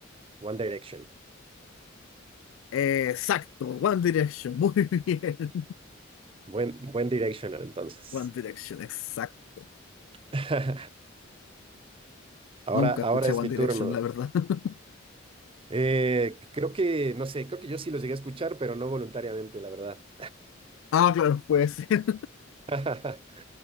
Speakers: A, on the right; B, on the left.
A: One Direction.
B: Exacto, One Direction. <laughs> Muy bien.
A: Buen, buen Directional, entonces.
B: One Direction, exacto.
A: <laughs> Ahora,
B: Nunca
A: ahora
B: escuché
A: es
B: One
A: mi
B: Direction,
A: turno.
B: la verdad. <laughs>
A: Eh, creo que, no sé, creo que yo sí los llegué a escuchar, pero no voluntariamente, la verdad.
B: Ah, claro, puede ser.
A: <laughs>